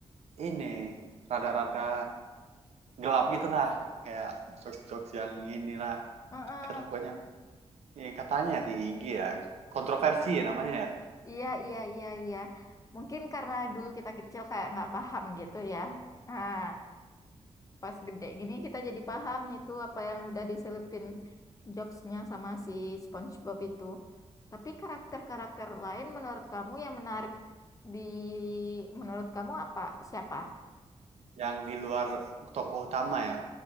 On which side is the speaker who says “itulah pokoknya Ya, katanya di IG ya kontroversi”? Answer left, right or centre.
Right